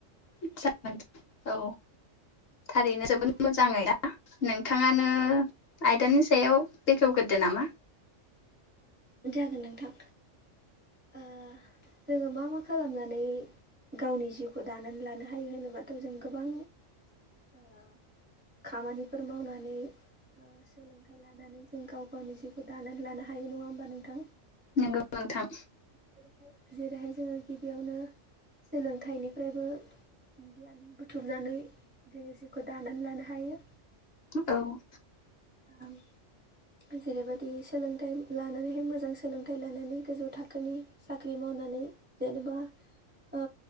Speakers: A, on the left; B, on the right.
A: <unintelligible> औ थारैनो जोबोद
B: औ
A: मोजाङै दा नोंथाङानो आयदानि सायाव बेखेवग्रोदो नामा
B: जागोन नोंथां। ओ जोङो मा मा खालामनानै गावनि जिउखौ दानानै लानो हायो होनोबाथ' जों गोबां
A: <inaudible>
B: ओ खामानिफोर मावनानै सोलोंथाइ लानानै जों गाव गावनि जि खौ दानानै लानो हायो नङा होमबा नोंथां?
A: नोंगौ नोंथां।
B: जेरैहाय जेरैहाय जोङो गिबियावनो सोलोंथाइनिफ्रायबो गियान बुथुमनानै जोङो जिउखौ दानानै लानो हायो।
A: औ
B: ओं जेरैबायदि सोलोंथाइ लानानैहाय मोजां सोलोंथाइ लानानै गोजौ थाखोनि साख्रि मावनानै जेनेबा ओ